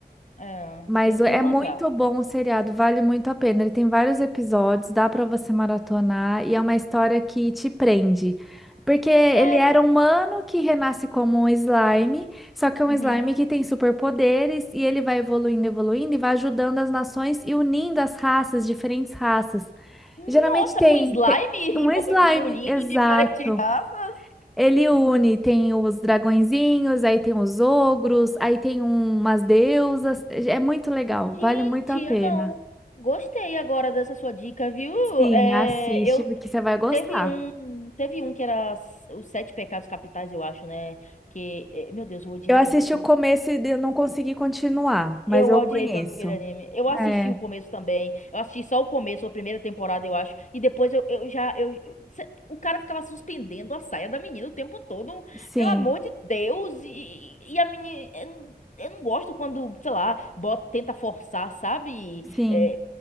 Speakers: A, on the left; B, in the centre.
A: É,
B: Mas
A: eu
B: é
A: vi o mangá.
B: muito bom o seriado, vale muito a pena. Ele tem vários episódios, dá para você maratonar e é uma história que te prende. Porque ele
A: Sério?
B: era um humano que renasce como um slime, só que é um
A: Uhum.
B: slime que tem superpoderes e ele vai evoluindo, evoluindo e vai ajudando as nações e unindo as raças, diferentes raças.
A: Nossa,
B: E geralmente tem,
A: um slime
B: tem
A: <laughs>
B: um
A: envolvido,
B: slime,
A: unido,
B: exato.
A: diferente de raça?
B: Ele une, tem os dragõezinhos, aí tem os ogros, aí tem um- umas deusas. É muito legal,
A: Gente,
B: vale muito a pena.
A: eu não. Gostei agora dessa sua dica, viu?
B: Sim,
A: É,
B: assiste,
A: eu
B: porque você vai gostar.
A: teve um, teve um que era s- os sete pecados capitais, eu acho, né? Que, é, meu Deus, eu odiei
B: Eu assisti
A: tanto aquele.
B: o começo e eu não consegui continuar, mas
A: Eu
B: eu
A: odiei
B: conheço.
A: tanto aquele anime. Eu assisti
B: É,
A: o começo também. Eu assisti só o começo, a primeira temporada, eu acho. E depois eu, eu já. Eu, eu- cê- o cara ficava suspendendo a saia da menina o tempo todo.
B: Sim,
A: Pelo amor de Deus. E, e a menina. Eu, não eu não gosto quando, sei lá, bota, tenta forçar, sabe?
B: sim.
A: É,